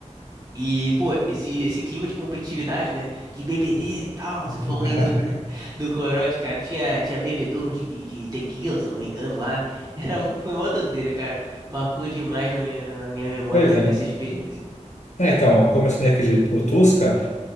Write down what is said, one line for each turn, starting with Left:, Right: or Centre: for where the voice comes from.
Right: E, pô, esse, esse clima de competitividade, né? De bebedeira e tal. Você falou
Left: <laughs>
Right: aí do, <laughs> do corote, cara. Tinha, tinha bebedouro de, de tequila, se eu não me engano, lá. <laughs> Era, uma- foi uma doideira, cara. Marcou demais na minha, na minha memória
Left: Pois
Right: essa
Left: é.
Right: experiência.
Left: É, então, como eu ensinei aqui de, o Tusca,